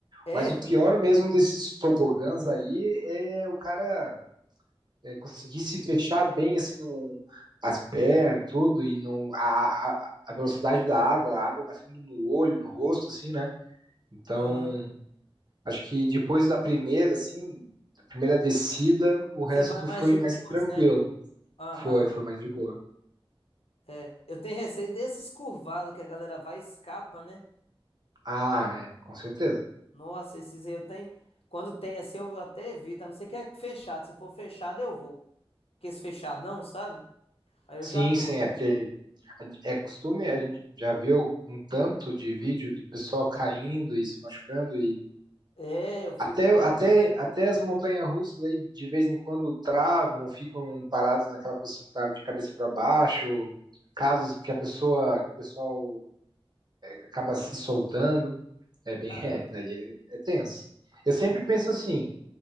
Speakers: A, on the left (about 80°); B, on the right (about 45°).
A: É?
B: Mas o pior mesmo desses tobogãs aí é o cara. é, conseguisse fechar bem assim num, as pernas, tudo, e não a, a, a velocidade da água, a água batendo no olho, no rosto, assim, né? Então,
A: Aham.
B: acho que depois da primeira, assim, da primeira descida, o
A: Você
B: resto
A: vai mais
B: foi
A: de
B: mais
A: boas,
B: tranquilo.
A: né? Aham,
B: Foi, foi mais de boa.
A: é. Eu tenho receio desses curvados que a galera vai e escapa, né?
B: Ah, é, com certeza.
A: Nossa, esses aí eu tenho. Quando tem assim, eu até evito, a não ser que é fechado. Se for fechado, eu vou. Porque esse fechado não, sabe? Aí eu
B: Sim,
A: já gosto.
B: sim, é porque é costume, a gente já viu um tanto de vídeo do pessoal caindo e se machucando e
A: É, eu fico.
B: Até, até, até as montanhas-russas aí de vez em quando travam, ficam paradas naquela posição que estava de cabeça para baixo, casos que a pessoa, que o pessoal acaba se soltando, é bem,
A: Aham.
B: <laughs> é, daí é, é tenso. Eu sempre penso assim,